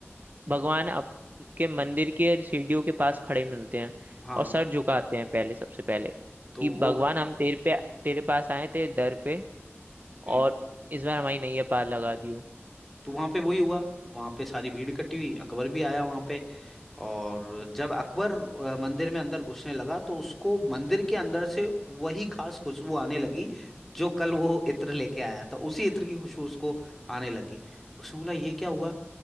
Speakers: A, on the right (about 40°); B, in the centre.
A: भगवान आपके मंदिर के सीढ़ियों के पास खड़े मिलते हैं
B: हाँ
A: और सर झुकाते हैं पहले सबसे पहले
B: तो
A: कि भगवान
B: वो
A: हम तेरे पे तेरे पास आए थे दर पे
B: बिल्कुल
A: और इस बार हमारी नैया पार लगा दियो
B: तो वहां पे वही हुआ वहां पे सारी भीड़ इकट्ठी हुई अकबर भी आया वहां पे और जब अकबर अ, मंदिर में अंदर घुसने लगा तो उसको मंदिर के अंदर से वही खास खुशबू आने लगी जो कल वो इत्र लेके आया था उसी इत्र की खुशबू उसको आने लगी उसने बोला ये क्या हुआ